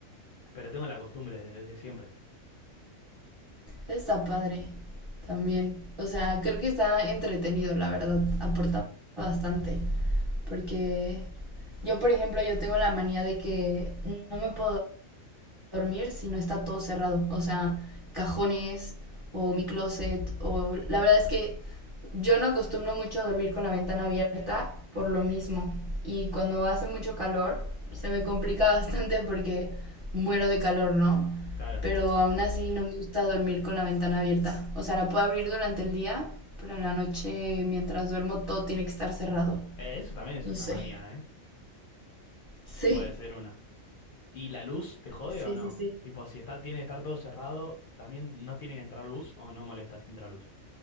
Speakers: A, on the left; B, on the right.
A: pero tengo la costumbre de- desde siempre.
B: Está padre también. O sea, creo que está entretenido, la verdad. Aporta bastante. Porque yo, por ejemplo, yo tengo la manía de que no me puedo dormir si no está todo cerrado. O sea, cajones o mi closet o la verdad es que yo no acostumbro mucho a dormir con la ventana abierta por lo mismo. Y cuando hace mucho calor se me complica <laughs> bastante porque muero de calor, ¿no?
A: Claro.
B: Pero aún así no me gusta dormir con la ventana abierta. O sea, la puedo abrir durante el día, pero en la noche mientras duermo todo tiene que estar cerrado.
A: Eh, eso también es
B: No
A: una
B: sé.
A: manía, ¿eh?
B: Sí,
A: Puede ser una. ¿Y la luz te jode
B: sí,
A: o no?
B: sí, sí.
A: Tipo, si está, tiene que estar todo cerrado, ¿también no tiene que entrar luz o no molesta si entra luz?